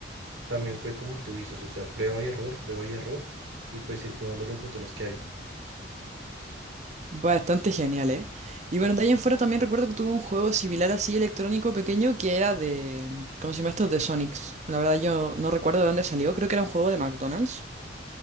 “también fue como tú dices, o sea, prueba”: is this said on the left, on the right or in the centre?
Right